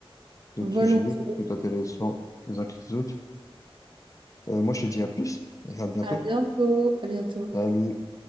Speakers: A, on the left (about 35°); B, on the right (about 55°).
A: d'autres
B: Volontiers.
A: sujets tout intéressants les uns que les autres. Euh, moi, je te dis à plus et à bientôt.
B: À bientôt. À bientôt.
A: Salut.